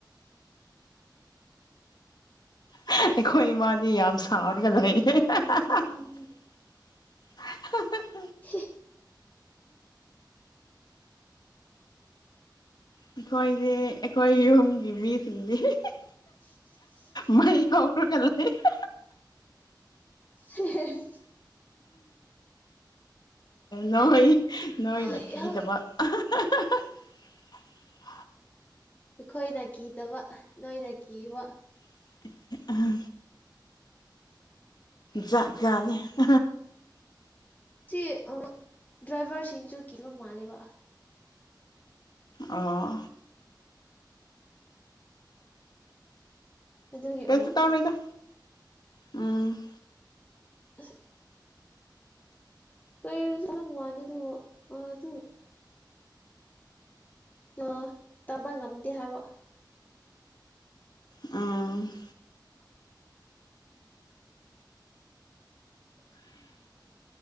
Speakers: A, on the left (about 20°); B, on the left (about 65°).
A: ꯎꯝ
B: <unintelligible> ꯑꯩꯈꯣꯏ ꯏꯃꯥꯗꯤ ꯌꯥꯝ ꯁꯥꯎꯔꯒ ꯂꯩꯌꯦ
A: ꯈꯪꯗ꯭ꯔꯦ
B: <unintelligible>
A: ꯈꯪꯗ꯭ꯔꯦ
B: <unintelligible>
A: ꯍꯤ
B: ꯑꯩꯈꯣꯏꯗꯤ ꯑꯩꯈꯣꯏ ꯌꯨꯝꯒꯤ ꯃꯤꯁꯤꯡꯗꯤ <unintelligible>
A: <inaudible>
B: ꯃꯩ ꯍꯧꯔꯒ ꯂꯩ <unintelligible>
A: ꯍꯦ ꯍꯦ ꯍꯦ
B: ꯅꯣꯏ ꯅꯣꯏꯅ
A: ꯑꯩꯍꯥ
B: ꯀꯤꯗꯕ <unintelligible> <inaudible>
A: ꯑꯩꯈꯣꯏꯅ ꯀꯤꯗꯕ ꯅꯣꯏꯅ ꯀꯤꯕ
B: ꯑꯦ ꯑꯍꯥ ꯖꯥꯠ ꯖꯥꯠꯅꯤ <unintelligible>
A: ꯁꯤ ꯑꯥ ꯗ꯭ꯔꯥꯏꯚꯔꯁꯤꯡꯁꯨ ꯀꯤꯗꯕ ꯃꯥꯜꯂꯦꯕ
B: ꯑꯣ
A: ꯑꯗꯨꯒꯤ
B: ꯀꯩꯁꯨ
A: ꯑꯣꯏꯔꯝꯅꯤ
B: ꯇꯧꯔꯣꯏꯗ ꯎꯝ
A: ꯑꯍꯥ ꯀꯩꯕꯨꯁꯨ ꯑꯗꯨ ꯋꯥꯗꯦꯗ ꯑꯗꯨꯕꯨ ꯑꯗꯨ ꯑꯗꯣ ꯇꯝꯕ ꯉꯝꯗꯦ ꯍꯥꯏꯕ
B: ꯎꯝ
A: <inaudible>